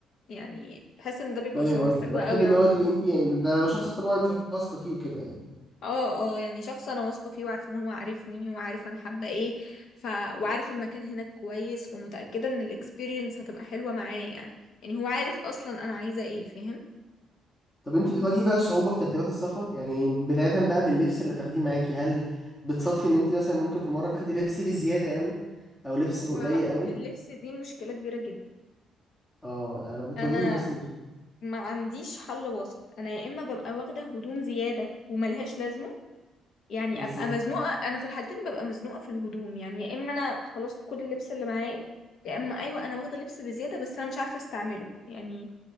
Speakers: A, on the left; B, on the left.
A: يعني بحس ان ده بيبقى
B: فاهم
A: شعور
B: قصدك
A: حلو
B: أه
A: قوي
B: تحبي اللي
A: عموما
B: هو تبقي أنت يعني ده لو شخص طبعا أنت واثقة فيه وكده يعني
A: اه اه يعني شخص انا واثقة فيه وعارف ان هو عارفني وعارف انا حابة ايه ف وعارف المكان هناك كويس فمتأكدة ان الاكسبيرينس هتبقى حلوة معاه يعني يعني هو عارف اصلا انا عايزة ايه فاهم
B: طب انت بتواجهي بقى صعوبة في ترتيبات السفر يعني بداية بقى من اللبس اللي تاخديه معاكي هل بتصادفي ان انت مثلا ممكن في مرة تاخدي لبس بزيادة قوي او لبس
A: هو
B: بقليل قوي
A: اللبس دي مشكلة كبيرة جدا
B: اه انا بتواجهني
A: انا
B: نفس المشكلة
A: ما عنديش حل وسط انا يا اما ببقى واخدة هدوم زيادة وملهاش لازمة يعني
B: بالظبط
A: ابقى مزنوقة انا في الحالتين ببقى مزنوقة في الهدوم يعني يا اما انا خلصت كل اللبس اللي معايا يا اما ايوه انا واخدة لبس بزيادة بس انا مش عارفة استعمله يعني